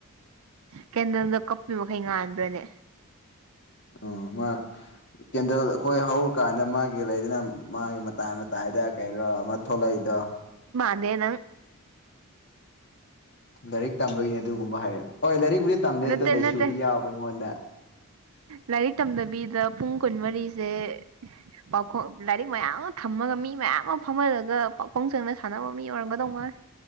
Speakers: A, on the right; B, on the left.
A: ꯀꯦꯟꯗꯜꯗꯣ ꯀꯞꯄꯤ ꯃꯈꯩ ꯉꯥꯟꯥꯟꯕ꯭ꯔꯅꯦ
B: ꯎ ꯃꯥ ꯀꯦꯟꯗꯜ ꯑꯩꯈꯣꯏ ꯍꯧꯔꯀꯥꯟꯗ ꯃꯥꯒꯤ ꯂꯩꯗꯅ ꯃꯥꯒꯤ ꯃꯇꯥꯏ ꯃꯇꯥꯏꯗ ꯀꯩꯔꯣ ꯑꯃ ꯊꯣꯛꯂꯛꯏꯗꯣ
A: ꯑꯗꯦ ꯅꯪ
B: ꯂꯥꯏꯔꯤꯛ ꯇꯝꯕꯒꯤꯅꯦ ꯑꯗꯨꯒꯨꯝꯕ ꯍꯥꯏꯔꯅꯤ ꯍꯣꯏ ꯂꯥꯏꯔꯤꯛꯕꯨꯨꯗꯤ ꯇꯝꯗꯦ
A: ꯅꯠꯇꯦ
B: ꯑꯗꯨꯗꯣ ꯂꯩꯥꯏꯁꯨꯗꯤ
A: ꯅꯠꯇꯦ
B: ꯌꯥꯎꯕ ꯑꯩꯉꯣꯟꯗ
A: ꯂꯥꯏꯔꯤꯛ ꯇꯝꯗꯕꯤꯗ ꯄꯨꯡ ꯀꯨꯟꯃꯔꯤꯁꯦ ꯄꯥꯎꯈꯣꯡ ꯂꯥꯏꯔꯤꯛ ꯃꯌꯥꯝ ꯑꯃ ꯊꯝꯃꯒ ꯃꯤ ꯃꯌꯥꯝ ꯑꯃ ꯐꯝꯍꯜꯂꯒ ꯄꯥꯈꯣꯡ ꯆꯪꯅ ꯁꯥꯟꯅꯕ ꯃꯤ ꯑꯣꯏꯔꯝꯒꯗꯧ ꯃꯥ <inaudible>